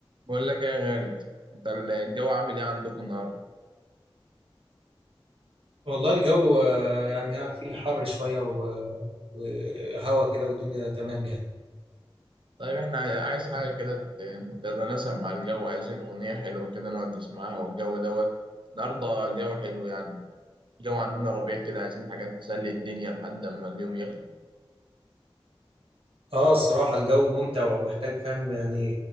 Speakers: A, on the right; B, on the right.
A: بقول لك إيه يا غالي انت الجو عامل ايه عندكم النهارده
B: والله الجو آه، يعني ها في حر شوية و- وهوا كده والدنيا تمام يعني
A: طيب احنا عايز حاجه كده ت- تتناسب مع الجو عايزين اغنيه حلوه كده نقعد نسمعها والجو دوت النهارده الجو حلو يعني الجو عندنا ربيع كده عايزين حاجه تسلي الدنيا لحد اما اليوم يخلص
B: اه الصراحة الجو ممتع ومحتاج فاهم يعني